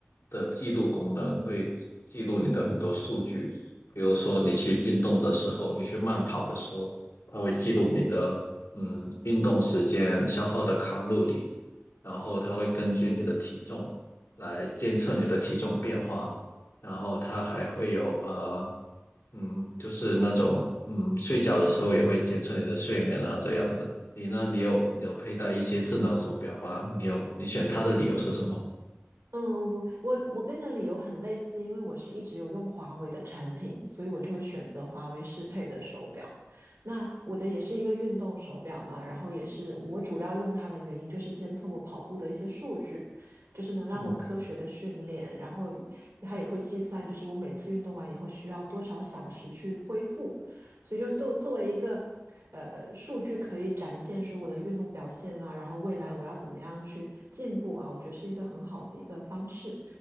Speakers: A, on the left; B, on the right.
A: 的记录功能，会记录你的很多数据，比如说你去运动的时候，你去慢跑的时候。它会记录你的嗯运动时间、消耗的卡路里，然后它会根据你的体重来监测你的体重变化，然后它还会有呃嗯就是那种嗯睡觉的时候也会监测你的睡眠啊这样子。你呢？你有你有佩戴一些智能手表啊？你有你选它的理由是什么？
B: 嗯，我我我跟你的理由很类似，因为我是一直有用华为的产品，所以我就会选择华为适配的手表。那我的也是一个运动手表嘛，然后也是我主要用它的原因就是监测我跑步的一些数据，就是能让我科学的训练，
A: 嗯
B: 然后它也会计算就是我每次运动完以后需要多少小时去恢复，所以就都作为一个呃数据可以展现出我的运动表现啊，然后未来我要怎么样去进步啊，我觉得是一个很好的一个方式。